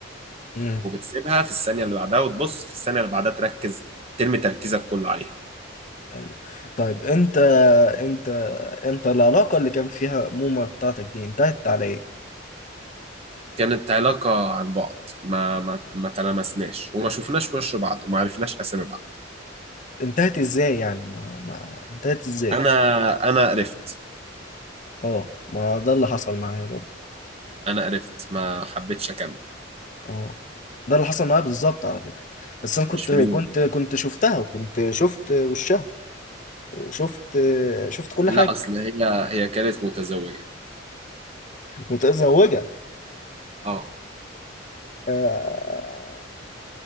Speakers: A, on the left; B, on the right.
A: امم
B: وبتسيبها في الثانية اللي بعدها وتبص في الثانية اللي بعدها تركز ترمي تركيزك كله عليها
A: ايوه طيب انت انت انت العلاقه اللي كان فيها موما بتاعتك دي انتهت على ايه
B: كانت علاقة عن بعد ما ما ما تلامسناش وما شفناش وش بعض وما عرفناش أسامي بعض
A: انتهت ازاي يعني ما ما انتهت ازاي
B: أنا أنا قرفت
A: اه ما ده اللي حصل معايا برضه
B: أنا قرفت ما حبيتش أكمل
A: اه ده اللي حصل معايا بالظبط على فكره بس انا كنت
B: مش
A: كنت
B: ميول
A: كنت شفتها وكنت شفت وشها وشفت شفت كل
B: لا
A: حاجه
B: أصل هي هي كانت متزوجة
A: متزوجه
B: اه
A: آه،